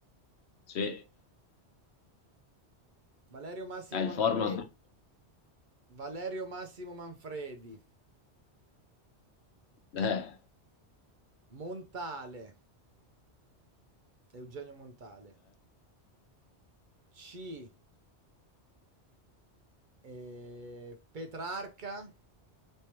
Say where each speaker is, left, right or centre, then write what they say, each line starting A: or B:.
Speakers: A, on the left; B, on the right.
A: sì,
B: Valerio Massimo
A: è il
B: Manfredi.
A: format.
B: Valerio Massimo Manfredi.
A: Eh.
B: Montale. Eugenio Montale. C. eh, Petrarca.